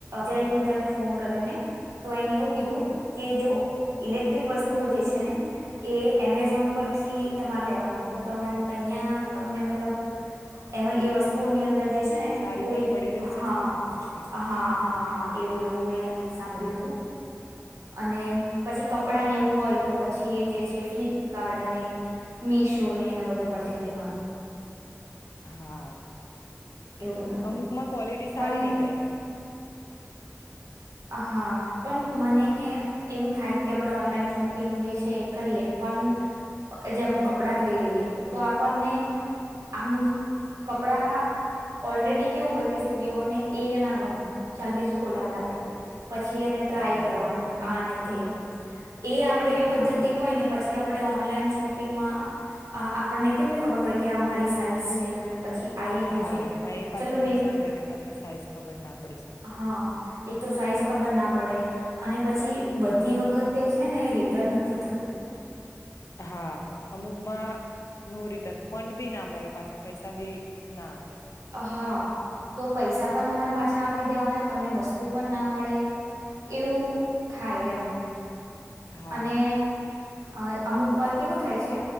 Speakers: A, on the right; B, on the left.
A: બજા એક મિત્રને ફોન કર્યો ને તો એને એવું કીધું કે જો ઇલેક્ટ્રિક વસ્તુઓ જે છે ને એ એમેઝોન પરથી તમારે લેવાનું તો તમારે તહીયા તમને મતલબ એમાં એ વસ્તુની અંદર જે છે ને
B: સારી
A: કોઈ
B: પણ પડી રહી
A: હા
B: ને સસ્તી પણ પડી ર
A: હા હા હા એવું એવું મેં સાંભળ્યું હતું અને પછી કપડા ને એવું હોય તો પછી એ જે છે ફ્લિપકાર્ટ અને મીશોને એના બધા પરથી લેવાનું
B: હા
A: એવું તો.
B: અમુકમાં ક્વોલિટી
A: પણ
B: સારી નીકળે છે
A: હા પણ મને એમ થાય કે આપણે ઓનલાઈન શોપિંગ જે છે એ કરીએ પણ જેમ કપડા જ લઈ લઈએ તો આપણને આમ કપડા ઓલરેડી કેવું હોય કે સ્ત્રીઓને એક ના ગમે ચાલીસ ખોલવડાવે પછી એને ટ્રાય
B: હા
A: કરવાનું આને તે એ આપણેે એવી
B: હા
A: પદ્ધતિ હોય ને પછી આપણે ઓનલાઈન શોપિંગમાં આપણને કેમની ખબર હોય કે આ મારી સાઈઝ છે અને પછી આવી ગયું
B: હા
A: છે
B: એમાં એ પાછું
A: ચલો રેટ
B: નુકસાન થ કે તમને સાઈઝ ખબર ના પડે
A: હા એક તો સાઈઝ ખબર ના પડે અને પછી બધી વખત છે ને રિટર્ન નથી થતું
B: હા અમુકમાં નો રિટર્ન ફંડ બી ના મળે પાછા પૈસા બી ના આવે
A: હા તો પૈસા પણ તમારે પાછા આપી દેવાના તમને વસ્તુ પણ ના મળે એવું થાય એમ
B: હા
A: અને અ અમુક વાર કેવું થાય છે